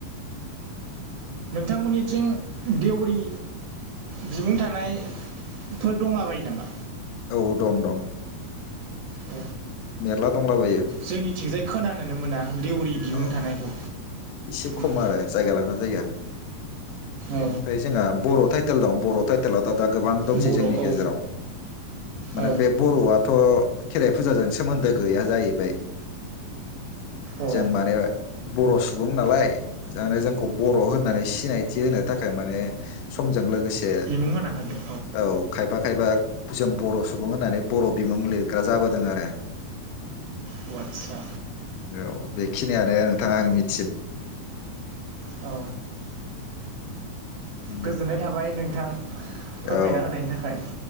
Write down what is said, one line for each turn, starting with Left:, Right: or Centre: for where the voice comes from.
Right: नोंथांमोननिथिं देवरि बिमुं थानायफोर दंलाबायो नामा
Left: औ दं दं
Right: औ
Left: मेरला दंलाबायो।
Right: जोंनिथिंजाय खोनानोनो मोना देवरि बिमुं
Left: औ
Right: थानायखौ
Left: एसे खम
Right: उम
Left: आरो जायगा लाना जायगा बेनिफ्राय
Right: औ
Left: जोंहा बर' थाइ तेल दं बर' टाइटेला दा गोबां दंसै
Right: बर'
Left: जोंनि
Right: औ
Left: गेजेराव माने
Right: औ
Left: बे बर'आथ' खेराइ फुजाजों सोमोन्दो गैया जाहैबाय।
Right: अ
Left: जों माने बर' सुबुं नालाय जानो जोंखौ बर' होननानै सिनायथि होनो थाखाय माने सम जों लोगोसे
Right: बिमुं होना होदों
Left: औ खायफा खायफा जों बर' सुबुं होननानै बर' बिमुं लिरग्रा जाबोदों आरो।
Right: औ आदसा
Left: औ बेखिनियानो नोंथाङा आं मि
Right: औ।
Left: उम
Right: गोजोननाय थाबाय नोंथां फोरमायना
Left: औ
Right: होनायनि थाखाय